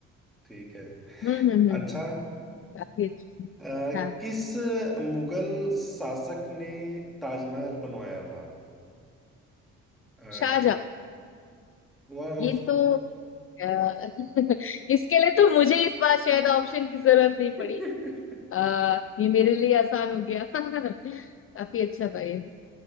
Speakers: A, in the centre; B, on the left.
A: ठीक है
B: हम्म हम्म हम्म हम्म,
A: अच्छा
B: काफी अच्छी
A: अ,
B: हाँ
A: किस मुगल शासक ने ताजमहल बनवाया था अ,
B: शाहजहाँ
A: वाह
B: ये तो अ, <laughs> इसके लिए तो मुझे इस बार शायद ऑप्शन की जरूरत नहीं
A: <laughs>
B: पड़ी आ, ये मेरे लिए आसान हो गया <laughs> काफी अच्छा था ये